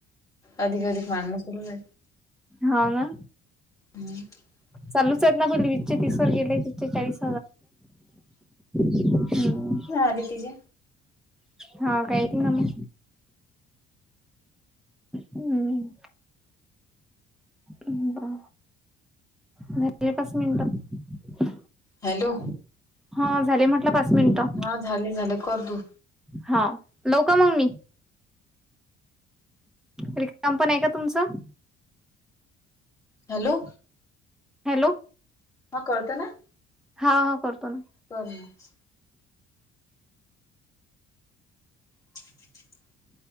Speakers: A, on the left; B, in the centre.
A: अधिक अधिक माणम सुरू आहे.
B: हो ना.
A: <inaudible>
B: चालूच आहेत ना पर वीसचे तीस वर गेले तीसचे चाळीस. <unintelligible> हम्म.
A: आदि तिजे.
B: हो काय तींग नम हम्म. हम्म हा.. नाही. एकच मिनिट,
A: हॅलो
B: हा झाले म्हटलं पाच मिनिटं.
A: हा झाले झाले कर तू.
B: हा, लावू का मग मी? रिकाम पण आहे का तुमचं?
A: हॅलो
B: हॅलो
A: हा करते ना.
B: हा हा करतो ना.
A: परमच. <inaudible>